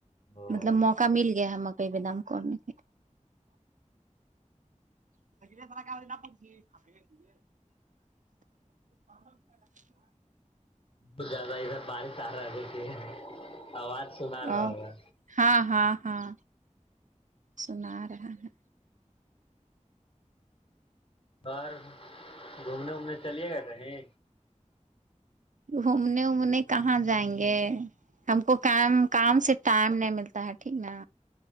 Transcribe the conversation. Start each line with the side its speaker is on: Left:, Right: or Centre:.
Left: او
Right: مطلب موقع مل گیا ہم مکئی پے دام کنے کے سر <unintelligible> نہ پ
Left: اب زیادہ ادھر بارش آ رہا دیکھئیے آواز سنا آرہا
Right: او
Left: ہوگا
Right: ہاں ہاں ہاں سنا آ رہا ہے
Left: اور گھومنے ومنے چلیے گئے کہیں
Right: گھومنے ومنے کہاں جائیں گے ہم کو کام کام سے ٹائم نہیں ملتا ہے ٹھیک نا